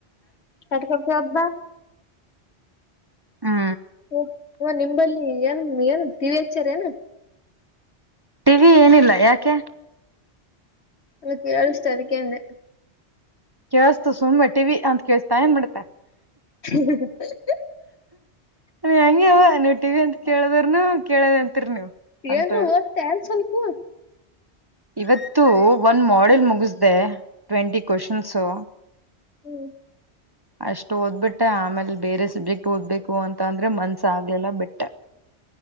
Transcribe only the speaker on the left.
ಕಟ್ ಕೊಡತಿವ ಅಂತ ಬಾ. <unintelligible>
ಹ ಹ ನಿಂಬಲ್ಲಿ ಏನ್ ಏನ ಟಿವಿ ಹಚ್ಚಾರ ಏನ
ಅ ಕೇಳಿಷ್ಟ ಅದಕ್ಕೆಂದೆ.
ಹ
ಏನ್ರ ಓದತ್ತಿಯಾನ ಸ್ವಲ್ಪು.
ಹ್ಮ